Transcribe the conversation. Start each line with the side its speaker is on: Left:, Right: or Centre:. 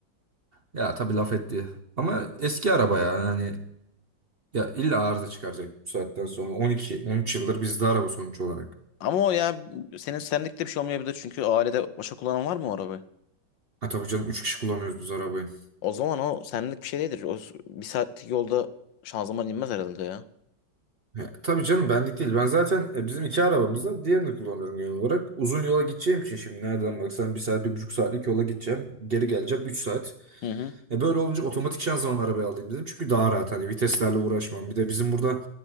Right: Ya tabii laf etti. Ama eski araba ya yani Ya illa arıza çıkaracak bu saatten sonra. 12, 13 yıldır bizde araba sonuç olarak.
Left: Ama o ya senin senlikte bir şey olmayabilir çünkü ailede başka kullanan var mı o arabayı?
Right: Ha tabii canım 3 kişi kullanıyoruz biz arabayı.
Left: O zaman o senlik bir şey değildir. O s- bir saatlik yolda şanzıman inmez herhalde ya.
Right: Ya, tabii canım benlik değil. Ben zaten e, bizim iki arabamız var. Diğerini kullanıyorum genel olarak. Uzun yola gideceğim için şimdi nereden baksan bir saat, bir buçuk saatlik yola gideceğim. Geri geleceğim 3 saat.
Left: Hı hı.
Right: E, böyle olunca otomatik şanzıman arabayı alayım dedim. Çünkü daha rahat hani viteslerle uğraşmam. Bir de bizim burada